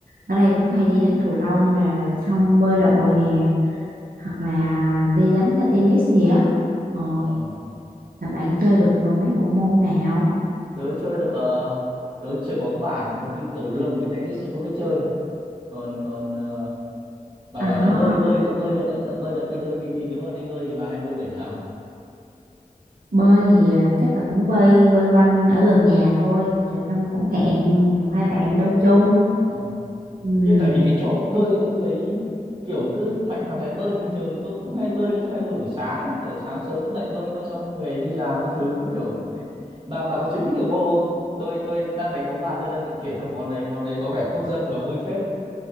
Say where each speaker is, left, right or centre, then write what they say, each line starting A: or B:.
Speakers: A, on the right; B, on the right.
A: ở đây cũng hay đi đánh cầu lông nè, rồi xong
B: Ừ.
A: bơi lội nè. hoặc là đi đánh tennis gì á ờ
B: ờ,
A: là bạn chơi được mấy bộ môn nào
B: tớ chơi được ờ, tớ chơi bóng bàn thôi chứ cầu lông với tennis cũng không biết chơi còn còn ờ, bà
A: à
B: bảo cho bơi bơi cũng bơi được ấy tớ cũng bơi được bình thường thì thì nếu mà đi bơi thì bà hay bơi bể nào
A: bơi thì ờ, chắc là cũng bơi quanh quanh ở gần nhà thôi rồi xong cũng hẹn một hai bạn bơi chung
B: Ờ.
A: ừ
B: nhưng tại vì cái trò bơi tôi thấy kiểu cứ mạnh thằng thấy bơi bình thường tôi cũng hay bơi nhưng tôi hay bơi buổi sáng ấy kiểu sáng sớm dậy bơi bơi xong về đi làm cái thứ ấy, kiểu bà bà có chơi pickleball không tôi tôi đang đánh bóng bàn tôi đang định chuyển sang món đấy món đấy có vẻ quốc dân mà vui phết